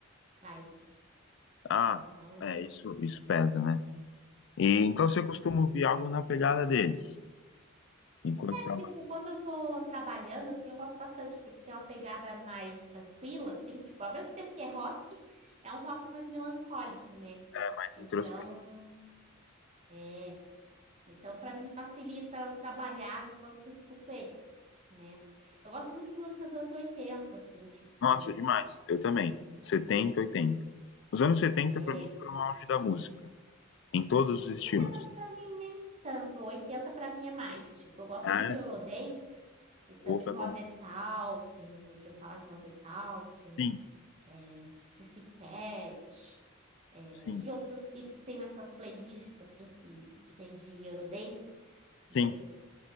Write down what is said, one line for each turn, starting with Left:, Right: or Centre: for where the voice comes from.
Right: para ir.
Left: Ah,
Right: Então,
Left: é, isso, isso pesa, né? E então
Right: é.
Left: você costuma ouvir algo na pegada deles. Enquanto trabalha,
Right: Tipo, quando eu tô trabalhando, assim, eu gosto bastante, porque tem uma pegada mais tranquila, assim, tipo, ao mesmo tempo que é rock, é um rock mais melancólico, né?
Left: é mais
Right: Então,
Left: introspectivo.
Right: é, então para mim facilita eu trabalhar enquanto escuto eles, né? Eu gosto muito de músicas dos anos 80, assim, tipo,
Left: Nossa, demais. Eu também. setenta oitenta Os anos setenta
Right: é,
Left: para mim foram o auge da música, em todos os estilos.
Right: 70 para mim nem tanto, 80 para mim é mais, tipo, eu gosto
Left: Ah,
Right: muito de Eurodance, então,
Left: opa,
Right: tipo,
Left: é bom.
Right: Modern Talking, não sei se eu vou falar de Modern Talking,
Left: Sim,
Right: é, Cici Cat, é,
Left: sim,
Right: e outros que tem nessas playlists, assim, que, que tem de Eurodance,
Left: sim.
Right: né?